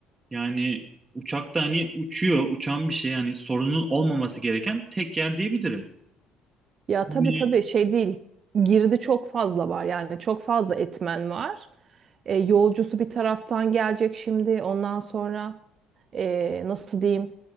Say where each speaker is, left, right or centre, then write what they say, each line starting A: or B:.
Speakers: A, on the right; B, on the right.
A: Yani uçakta hani uçuyor, uçan bir şey yani sorunun olmaması gereken tek yer diyebilirim.
B: Ya
A: Yani
B: tabii tabii şey değil. Girdi çok fazla var yani çok fazla etmen var. E, yolcusu bir taraftan gelecek şimdi. Ondan sonra e, nasıl diyeyim